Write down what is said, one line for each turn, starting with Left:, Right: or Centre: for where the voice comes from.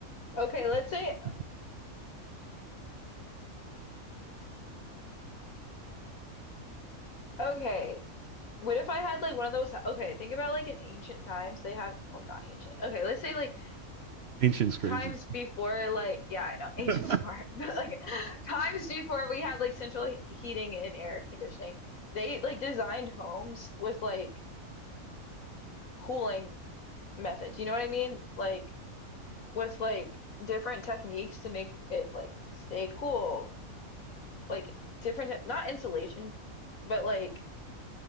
Left: Okay, let's say,
Right: <laughs>
Left: okay, what if I had like one of those? Okay, think about like in ancient times, they had, well, not ancient. Okay, let's say like
Right: ancient's crazy.
Left: times before like yeah I know ancient's
Right: <laughs> mm-hmm.
Left: far <laughs> but like times before we had like central he- heating and air conditioning they like designed homes with like cooling methods you know what I mean like with like different techniques to make it like stay cool like different te- not insulation but like